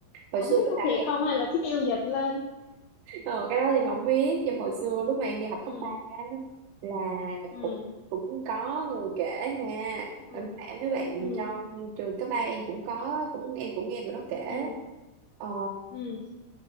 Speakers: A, on the right (about 80°); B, on the left (about 85°).
A: hồi
B: không
A: xưa
B: biết có
A: là
B: thiệt
A: em
B: không hay là phiêu dịch lên
A: Ờ, cái đó thì không biết nhưng hồi xưa lúc mà em đi học cấp
B: ừ
A: 3 á, là
B: ừ
A: cũng cũng có người kể nha
B: ừ
A: em em đứa bạn
B: ừ
A: trong trường cấp 3 em cũng có cũng em cũng nghe tụi nó kể
B: ừ
A: ờ,
B: ừ